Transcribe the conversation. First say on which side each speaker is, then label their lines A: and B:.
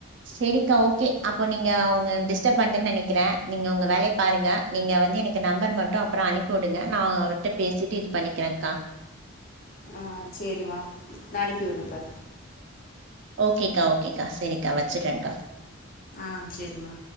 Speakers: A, on the right; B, on the left.
A: சேரிக்கா ஓகே அப்போ நீங்க உங்க டிஸ்டர்பப் பண்ணிட்டேனு நினைக்கிறே நீங்க உங்க வேலைய பாருங்க நீங்க வந்து எனக்கு நம்பர் மட்டு அப்புறோ அனுப்பி விடுங்க நா அவிர்ட்ட பேசிட்டு இது பண்ணிக்கிறேக்கா
B: ஆ சேரிமா நா அனுப்பி விடுறே இப்ப
A: ஓகேக்கா ஓகேக்கா சரிக்கா வச்சுறேங்க்கா
B: ஆஹ் சரிம்மா